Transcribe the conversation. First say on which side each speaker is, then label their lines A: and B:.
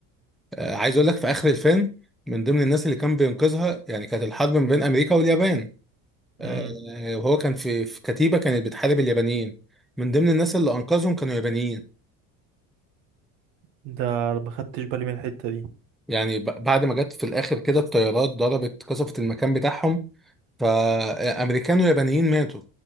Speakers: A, in the centre; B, on the right.
A: آه، عايز اقول لك في اخر الفيلم من ضمن الناس اللي كان بينقذها يعني كانت الحرب ما بين امريكا واليابان آه،
B: امم
A: وهو كان في في كتيبة كانت بتحارب اليابانيين من ضمن الناس اللي انقذهم كانوا يابانيين
B: ده ما خدتش بالي من الحتة دي
A: يعني ب- بعد ما جت في الاخر كده الطيارات ضربت قصفت المكان بتاعهم فامريكان ويابانيين ماتوا